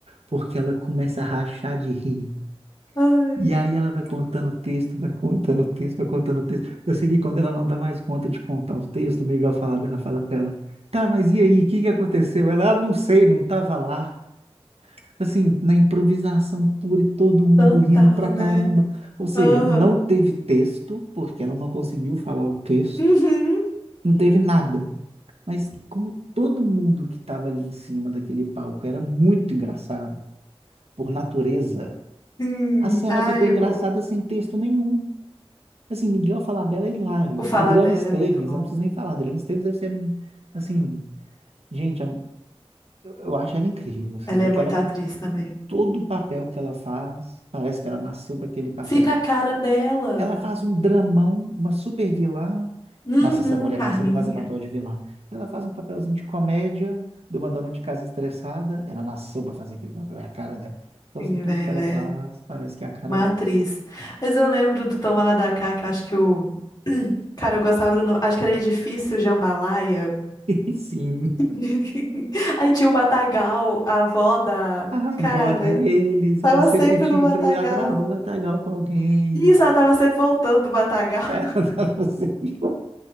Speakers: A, on the right; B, on the left.
A: porque ela começa a rachar de rir.
B: Ai,
A: E aí ela vai contando o texto, vai contando o texto, vai contando o texto. Eu sei que quando ela não dá mais conta de contar o texto, o Miguel fala dela, fala com ela, tá, mas e aí, o que que aconteceu? Ela, ah, não sei, não tava lá. Assim, na improvisação pura e todo mundo
B: total,
A: rindo pra
B: né?
A: caramba. Ou seja,
B: Aham.
A: não teve texto, porque ela não conseguiu falar o texto,
B: Uhum.
A: não teve nada. Mas como todo mundo que estava ali em cima daquele palco era muito engraçado, por natureza,
B: Sim.
A: a cena
B: Ai,
A: ficou engraçada
B: o,
A: sem texto nenhum. Assim, Miguel Falabella é hilário.
B: o Falabella
A: Adriana Esteves,
B: é muito bom.
A: eu não preciso nem falar. Adriana Esteves deve ser, assim, gente, a- eu, eu acho ela incrível, assim,
B: Ela
A: porque
B: é muito
A: ela,
B: atriz também.
A: todo papel que ela faz, parece que ela nasceu para aquele papel.
B: Fica a cara dela.
A: Ela faz um dramão, uma super vilã.
B: Uhum,
A: Nossa, essa mulher
B: Carminha.
A: nasceu para fazer papel de vilã. Ela faz um papelzinho de comédia, de uma dona de casa estressada. Ela nasceu para fazer aquele papel, é a cara dela. Então,
B: Sim,
A: assim, tudo
B: velho,
A: que ela
B: ela
A: faz
B: é
A: parece que é a cara
B: uma
A: dela.
B: atriz. Mas eu lembro do Toma Lá da Cá, que eu acho que o... <clears throat> Cara, eu gostava do nome. Acho que era Edifício Jambalaya.
A: <laughs> Sim.
B: <laughs> Aí tinha o Matagal, a avó da.
A: A avó
B: Cara,
A: deles,
B: tava
A: ela sempre
B: sempre
A: tinha
B: no
A: um
B: Matagal.
A: três atrás do matagal com alguém.
B: Isso, ela tava sempre voltando do Matagal.
A: <laughs>
B: <laughs>
A: Ela tava sempre...